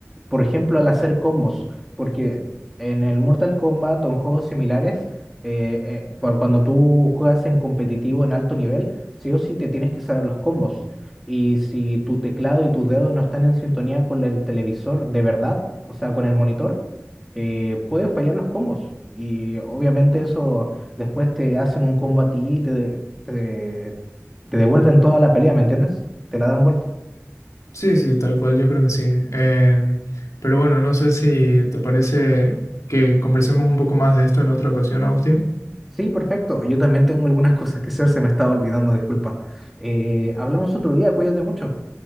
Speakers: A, in the centre; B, on the left.
A: por ejemplo, al hacer combos, porque en el Mortal Kombat o en juegos similares, eh, eh, por cuando tú juegas en competitivo en alto nivel, sí o sí te tienes que saber los combos. Y si tu teclado y tus dedos no están en sintonía con el televisor de verdad, o sea, con el monitor, eh, puede fallar los combos. Y obviamente eso Después te hacen un combo a ti y te, de- te, te devuelven toda la pelea, ¿me entiendes? Te la dan vuelta.
B: Sí, sí, tal cual, yo creo que sí. Em, pero bueno, no sé si te parece que conversemos un poco más de esto en otra ocasión, Agustín.
A: Sí, perfecto. Yo también tengo algunas cosas que hacer, se me estaba olvidando, disculpa. Eh, hablamos otro día, cuídate mucho.